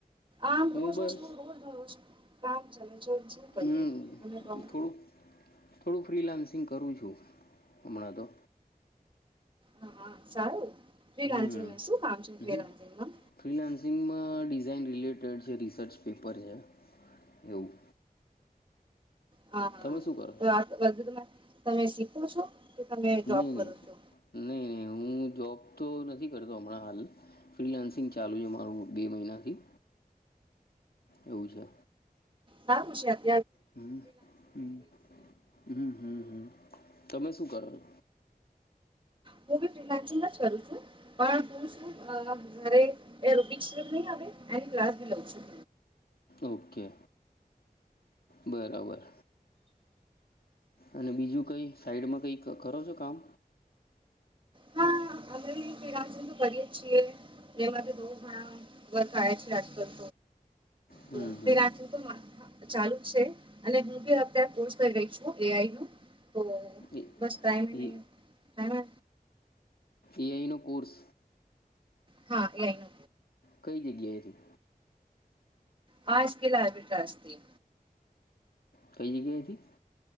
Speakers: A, on the right; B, on the left.
A: આમ
B: હું
A: રોજ
B: બસ
A: વષ રોજ ના રોજ કામ ચા છે. શું કરીએ
B: હમ
A: તમે કહો
B: થોડું થોડું ફ્રીલાન્સિંગ કરું છું. હમણા તો.
A: હા હા સારું તે રાજીમાં
B: હમ
A: શું કામ છે ત
B: હમ
A: રાજીમાં.
B: ફ્રીલાન્સિંગમાં ડિઝાઇન રિલેટેડ જે રિસર્ચ પેપર છે. એવું.
A: હા
B: તમે શું કરો છો
A: હા તો આ તમે તમે શીખો છો. કે તમે જોબ
B: નહીં
A: કરો
B: નહીં
A: છો.
B: નહીં નહીં હું જોબ તો નથી કરતો હમણાં હાલ. ફ્રીલાન્સિંગ ચાલુ છે મારું બે મહિનાથી એવું છે.
A: હા ખુશાલ.
B: હમ હમ હમ હમ હમ. તમે શું કરો છો.
A: હું બી ફ્રીલાન્સિંગ જ કરું છું પણ હું શું અ ઘરે રૂબિક્સ નહી આ એન્ડ ક્લાસ લઉં છું.
B: ઓકે બરાબર. અને બીજું કંઈ સાઈડમાં કંઈ કરો છો કામ.
A: હા અમે ફ્રીલાન્સિંગ તો કરીએ છીએ. એમાંથી બહુ ઘણા વર્ક આયા છે આજકાલ
B: હમ
A: તો
B: હમ
A: તે રાખ્યું તો. ચાલુ છે અને હું બી અત્યારે કોર્સ કરી રહી છું એઆઈ નું તો.
B: એ
A: બસ ટાઈમ નહી
B: એ
A: હેણે.
B: એઆઈનું કોર્સ.
A: હા એઆઈ.
B: કઈ જગ્યાએથી.
A: હાજ કે લાઈબ ટાસ્થી.
B: કઈ જગ્યાએથી.